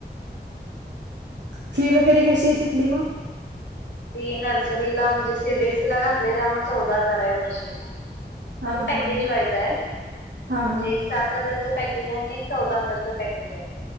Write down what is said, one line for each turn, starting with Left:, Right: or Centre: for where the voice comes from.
Left: हम्म.
Right: फी वगैरे कशी आहे तिथली मग
Left: फी नर्सरीला म्हणजे सीबीएसई ला घातलाय त्यामुळे चौदा हजार आहे वर्षाची.
Right: हा
Left: पण पॅकेज
Right: हा हा
Left: वाईज आहे.
Right: हा
Left: म्हणजे
Right: हा
Left: एक साथ हजारच पॅकेज आहे आणि एक चौदा हजारचं पॅकेज आहे.